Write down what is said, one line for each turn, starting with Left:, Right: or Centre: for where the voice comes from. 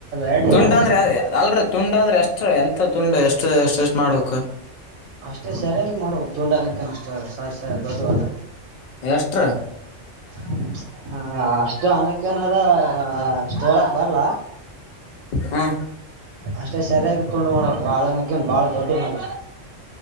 Right: ಎರಡು
Left: ತುಂಡ
Right: ಎತ್ತಲೆ
Left: ಅಂದ್ರೆ ಅಲ್ರಿ ತುಂಡ ಅಂದ್ರೆ ಎಷ್ಟ ಎಂತ ತುಂಡ ಎಷ್ಟು ಎಷ್ಟ ಎಷ್ಟ್ ಮಾಡ್ಬೇಕು
Right: ಅಷ್ಟೇ ಸರಿಯ ಮಾಡ್ಬು ತುಂಡಾನಕ್ಕನ್ ಅಷ್ಟು ಸಹಸ ದೊಡ್ಡವಲ್ಲ
Left: ಎಷ್ಟ್ರಿ
Right: <inaudible> ಹಾ ಅಷ್ಟು ಅಂಕ್ಕೆದ ಅಷ್ಟ್ ಹೇಳಕ್ ಬರ್ಲ
Left: ಹಾ
Right: ಅಷ್ಟೇ ಸರಿಯಾಗಿ ತುಂಡು ಮಾಡೋಕ್ ಬಾಳಕಂದು ಬಾಳ ದೊಡ್ಡನಲ್ಲ